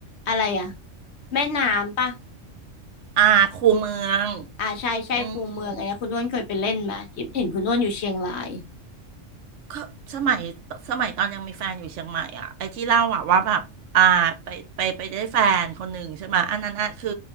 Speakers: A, on the left; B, on the right.
A: อะไรอ่ะแม่น้ำปะ
B: อาครูเมือง
A: อ่าใช่ใช่คูเมืองอะไรนะคุณอ้วนเคยไปเล่นมาที่เห็นคุณอ้วนอยู่เชียงราย
B: อืม ก็สมัยสมัยตอนยังมีแฟนอยู่เชียงใหม่อ่ะไอ้ที่เล่าอ่ะว่าแบบอ่าไปไปไปได้แฟนคนหนึ่งใช่ไหมยอันนั้นอ่ะคือ